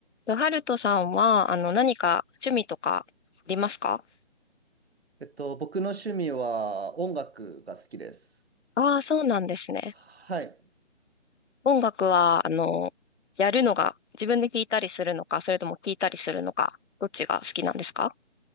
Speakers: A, on the left; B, on the right.
A: と、ハルトさんは、あの、何か趣味とかありますか
B: えっと、僕の趣味は音楽が好きです。
A: ああー、そうなんですね。
B: はい。
A: 音楽は、あの、やるのが、自分で聴いたりするのか、それとも聴いたりするのか、どっちが好きなんですか